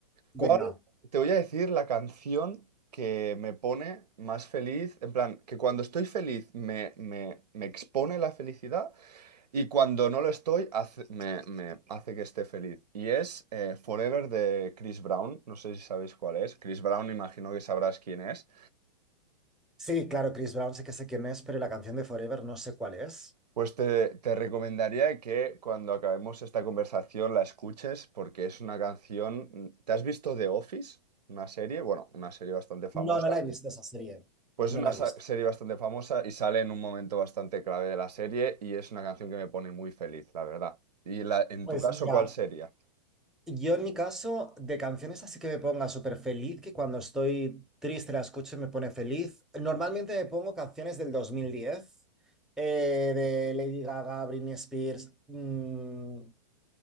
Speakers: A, in the centre; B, on the right.
A: Venga.
B: ¿Cuál? Te voy a decir la canción que me pone más feliz, en plan, que cuando estoy feliz me, me, me expone la felicidad y cuando no lo estoy hace- me, me hace que esté feliz. Y es eh, Forever de Chris Brown, no sé si sabéis cuál es. Chris Brown, imagino que sabrás quién es.
A: Sí, claro, Chris Brown sé que sé quién es, pero la canción de Forever no sé cuál es.
B: Pues te, te recomendaría que cuando acabemos esta conversación la escuches porque es una canción... ¿Te has visto The Office? Una serie, bueno, una serie bastante famosa.
A: No, no la he visto esa serie.
B: Pues
A: No
B: es una
A: la
B: sa-
A: he visto.
B: serie bastante famosa y sale en un momento bastante clave de la serie y es una canción que me pone muy feliz, la verdad. Y la, en
A: Pues
B: tu caso,
A: mira,
B: ¿cuál sería?
A: Yo en mi caso, de canciones así que me ponga súper feliz, que cuando estoy triste la escucho y me pone feliz. Normalmente me pongo canciones del 2010, eh, de Lady Gaga, Britney Spears. Mm,